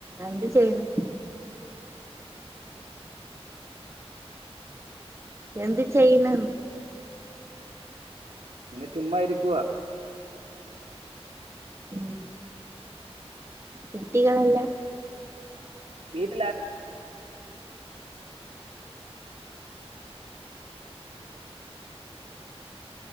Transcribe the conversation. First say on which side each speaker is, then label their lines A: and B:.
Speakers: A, on the right; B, on the right.
A: എന്ത് ചെയ്യ്ണ് എന്ത് ചെയ്യണ്ന്ന്
B: ഇങ്ങനെ ചുമ്മ ഇരിക്കുവാ
A: ഉം കുട്ടികളെല്ലാ
B: വീട്ടിലാ